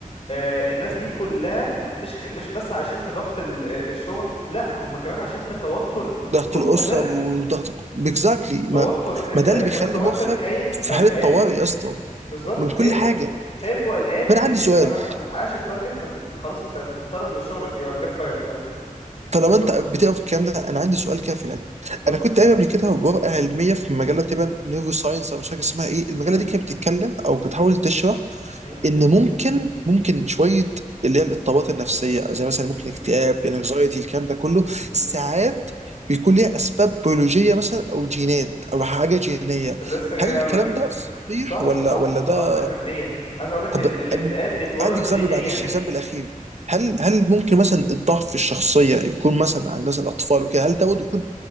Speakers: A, on the left; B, on the right.
A: آه، الناس دي كلها مش ك- مش بس عايشين في ضغط ال- آه، الشغل لا هم كمان عايشين في توتر
B: ضغط
A: مستمر
B: الاسره وضغط اكزاكتلي
A: توتر
B: ما,
A: انت
B: ما ده
A: انت
B: اللي بيخلي
A: متوتر
B: مخك
A: خايف
B: في
A: قلقان
B: حاله طوارئ يا اسطى
A: بالظبط
B: من
A: خايف
B: كل حاجه
A: و- خايف وقلقان
B: فانا عندي
A: ان
B: سؤال
A: انت ما ت- ما تحققش التارجت فخلاص انت تطرد من شغلك يو ار جيت فايرد خلاص
B: طالما
A: اتفضل
B: انت بتقرا في الكلام ده انا عندي سؤال كده في العلم
A: اتفضل
B: انا كنت قايل قبل كده ورقه علميه في مجله تبقى نيرو ساينس او مش فاكر اسمها ايه المجله
A: م-
B: دي كانت بتتكلم او بتحاول تشرح
A: م-
B: ان ممكن ممكن شويه اللي هي الاضطرابات النفسيه زي مثلا ممكن
A: م-
B: اكتئاب انكزايتي الكلام ده كله
A: م-
B: ساعات
A: م.
B: بيكون ليها اسباب بيولوجيه مثلا او جينات او حاجه جينيه
A: لسه جاي
B: هل
A: اقول
B: الكلام
A: لك
B: ده صحيح
A: صح
B: ولا
A: صح
B: ولا ده
A: صح 100% عايز اقول لك
B: طب
A: ال- الاكتئاب
B: أم-
A: بيتورث
B: عندي اكزامبل
A: جينيا
B: معلش اكزامبل اخير هل
A: م.
B: هل ممكن مثلا الضعف في الشخصيه يكون مثلا عند مثلا الاطفال وكده هل ده برضه يكون